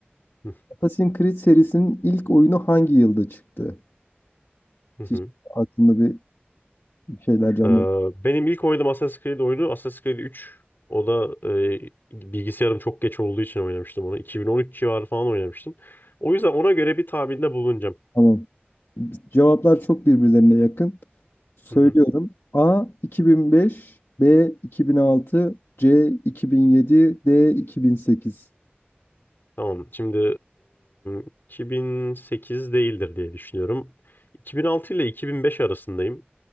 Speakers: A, on the left; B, on the left.
A: Hı
B: Assassin's Creed serisinin ilk oyunu hangi yılda çıktı?
A: hı.
B: Hiç
A: hı.
B: aklında bir şeyler canlandı.
A: Ee, benim ilk oynadığım Assassin's Creed oyunu Assassin's Creed 3. O da e, bilgisayarım çok geç olduğu için oynamıştım onu. 2013 civarı falan oynamıştım. O yüzden ona göre bir tahminde bulunacağım.
B: Tamam. Cevaplar çok birbirlerine yakın. Söylüyorum.
A: Hı hı.
B: A 2005, B 2006, C 2007, D 2008.
A: Tamam. Şimdi e, 2008 değildir diye düşünüyorum. 2006 ile 2005 arasındayım.